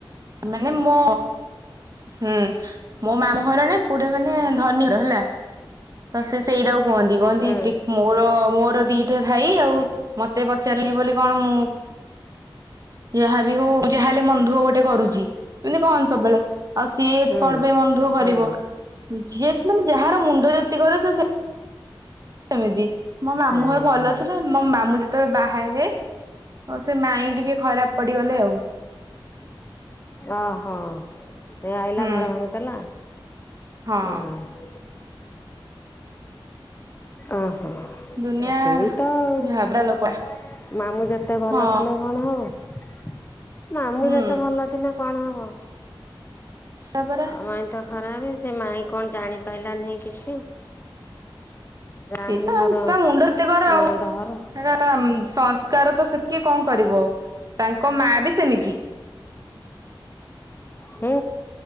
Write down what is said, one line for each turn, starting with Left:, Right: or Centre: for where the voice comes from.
Right: ମାନେ ମୋ ହୁଁ ମୋ ମାମୁଁ ଘର ନା ପୁରା ମାନେ ଧନୀ ର ହେଲା। ତ ସେ ସେଇଟାକୁ କୁହନ୍ତି କହନ୍ତି
Left: ହୁଁ
Right: ଟି ମୋର ମୋର ଦିଟା ଭାଇ ଆଉ ମତେ ପଚାରିନି ବୋଲି କଣ ମୁଁ ଯାହା ବି ହଉ ଯାହା ହେଲେ ମନଦୁଃଖ ଗୋଟେ କରୁଚି ଏମିତି କହନ୍ତି ସବୁବେଳେ। ଆଉ ସିଏ
Left: ହୁଁ
Right: କଣ ପାଇଁ ମନଦୁଃଖ କରିବ
Left: ହୁଁ
Right: ଯିଏ ମାନେ ଯାହାର ମୁଣ୍ଡ ଯେତିକରେ ସିଏ ସେ ସେମିତି ମୋ ମାମୁଁ
Left: ହୁଁ
Right: ଘର ଭଲ ଥିଲେ। ମୋ ମାମୁଁ ଯେତବେଳେ ବାହା ହେଲେ ଅ ସେ ମାଇଁ ଟିକେ ଖରାପ ପଡିଗଲେ ଆଉ।
Left: ଓହୋ ଏ ଆଇଲା
Right: ହୁଁ
Left: ଘର ଭାଙ୍ଗିଦେଲା
Right: ହଁ
Left: ଉଁ। ଓହୋ
Right: ଦୁନିଆ
Left: ସେଇତ ଆଉ
Right: ଝାବଡା ଲୋକଗୁଡା
Left: ମାମୁଁ ଯେତେ ଭଲ
Right: ହଁ
Left: ଥିଲେ କଣ ହବ ମାମୁଁ
Right: ହୁଁ
Left: ଯେତେ ଭଲ ଥିଲେ କଣ ହବ?
Right: ସେୟା ପରା
Left: ଅ ମାଇଁ ତ ଖରାପ୍ ସେ ମାଇଁ କଣ ଜାଣି ପାଇଲା ନେହିଁ କିଛି? ଯାହାହେଲେ
Right: ସେଇତ ଆଉ
Left: ମୋର
Right: ତା ମୁଣ୍ଡ ଏତେ କର
Left: ନଣନ୍ଦ
Right: ଆଉ
Left: ଘର
Right: ହେରା ତ ସଂସ୍କାର ତ ସେତିକି କଣ କରିବ ଆଉ ତାଙ୍କ ମା ବି ସେମିତି।
Left: ହୁଁ।